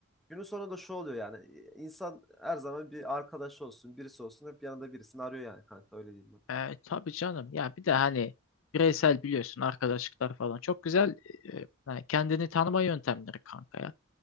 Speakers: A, in the centre; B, on the left (about 75°).
A: günün sonunda şu oluyor yani. İnsan her zaman bir arkadaş olsun, birisi olsun. Hep yanında birisini arıyor yani kanka öyle diyeyim ben.
B: E, tabii canım. Ya bir de hani bireysel biliyorsun arkadaşlıklar falan çok güzel e, hani kendini tanıma yöntemleri kanka ya.